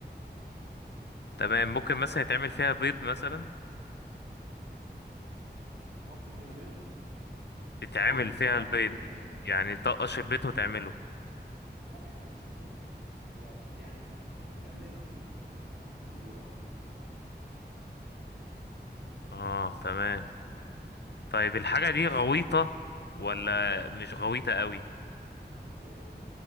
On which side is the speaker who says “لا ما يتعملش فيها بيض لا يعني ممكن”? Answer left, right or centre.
Right